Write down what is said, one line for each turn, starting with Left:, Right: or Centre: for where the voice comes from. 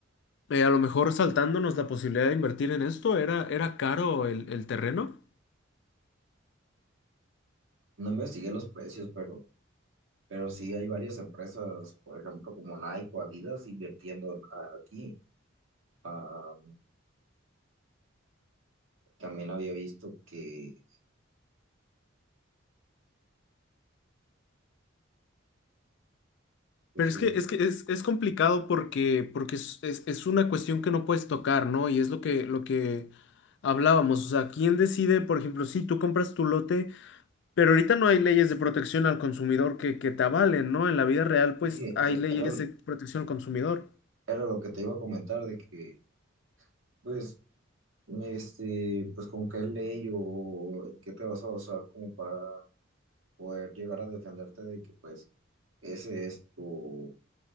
Left: Eh, a lo mejor saltándonos la posibilidad de invertir en esto, era, era caro el, el terreno.
Right: No investigué los precios, pero, pero sí hay varias empresas, por ejemplo, como Nike o Adidas invirtiendo en- a- aquí. Ah, también había visto que, pues
Left: Pero
Right: sí,
Left: es que es que es, es complicado porque, porque es, es- es una cuestión que no puedes tocar, ¿no? Y es lo que, lo que hablábamos. O sea, ¿quién decide, por ejemplo, si tú compras tu lote? Pero ahorita no hay leyes de protección al consumidor que, que te avalen, ¿no? En la vida real, pues
Right: sí, eh,
Left: hay leyes
Right: era,
Left: de protección al consumidor.
Right: era lo que te iba a comentar, de que, pues, este, pues con qué ley o en qué te vas a basar como para poder llegar a defenderte de que, pues, ese es tu